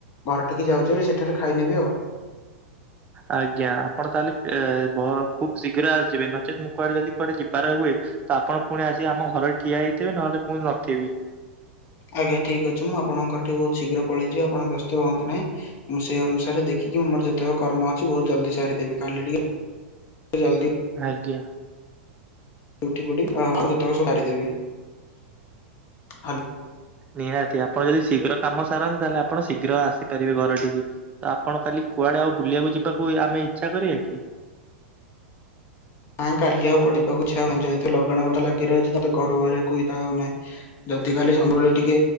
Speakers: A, on the left; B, on the right.
A: ଘର ଠିକି ଯାଉଛି ବୋଲି ସେଠାରେ ଖାଇନେବି ଆଉ।
B: ଆଜ୍ଞା ଆପଣ କାଲି ଏ ଭ ଖୁବ୍ ଶୀଘ୍ର ଆସିଯିବେ ନଚେତ୍ ମୁଁ କୁଆଡେ ଯଦି କୁଆଡେ ଯିବାର ହୁଏ। ତ ଆପଣ ଫୁଣି ଆସିକି ଆମ ଘର ଠିଆ ହେଇଥିବେ ନହଲେ ମୁଁ ନଥିବି।
A: ଆଜ୍ଞା ଠିକ୍ ଅଛି ମୁଁ ଆପଣଙ୍କ ଠି ବହୁତ୍ ଶୀଘ୍ର ପଳେଇଯିବି ଆପଣ ବ୍ୟସ୍ତ ହୁଅନ୍ତୁ ନାହିଁ। ମୁଁ ସେ ଅନୁସାରେ ଦେଖିକି ମୋର ଯେତେବେଳେ କର୍ମ ଅଛି ବହୁତ୍ ଜଲ୍ଦି ସାରିଦେବି କାଲି ଟିକେ ଜଲ୍ଦି।
B: ଆଜ୍ଞା।
A: ଉଠି ପଡିବି ହଁ ଆଉ ଯେତକ ସବୁ ସାରିଦେବି। ହାଲୋ।
B: ନିହାତି ଆପଣ ଯଦି ଶୀଘ୍ର କାମ ସାରାନ୍ତି ତାହେଲେ ଆ। ଆପଣ ଶୀଘ୍ର ଆସିପାରିବେ ଘର ଟିକି ତ ଆପଣ କାଲି କୁଆଡେ ଆଉ ବୁଲିବାକୁ ଯିବା। ଆମେ ଇଚ୍ଛା କରିବା କି?
A: ନାଁ କାଲି ଆଉ କୁଆଡ଼େ ଯିବାକୁ ଇଚ୍ଛା ହଉନି ଯେହେତୁ ଲଗାଣ ବର୍ଷା ଲାଗି ରହିଛି ତତେ ଘରୁ ବାହାରିବାକୁ ଇଚ୍ଛା ହଉନାହିଁ। ଯଦି କାଲି ଟିକେ।